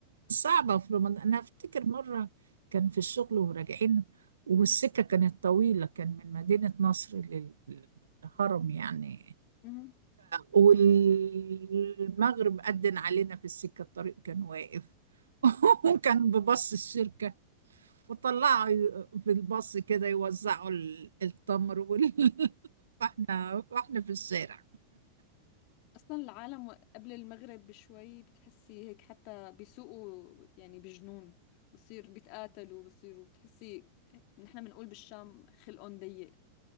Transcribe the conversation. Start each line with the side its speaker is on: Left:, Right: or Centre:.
Right: صعبة في رمضان انا افتكر مرة كان في الشغل وراجعين والسكة كانت طويلة كان من مدينة نصر لل- للهرم يعني
Left: مهم.
Right: والمغرب أذن علينا في السكة الطريق كان واقف <laughs> وكان ببص الشركة وطلعوا ي- في الباص كده يوزعوا ال- التمر وال... <laughs> واحنا واحنا في الشارع
Left: اصلا العالم قبل المغرب بشوي بتحسي هيك حتى بيسوقوا يعني بجنون بصير بيتقاتلوا بصيروا بتحسي نحن بنقول بالشام خلقهم ضيق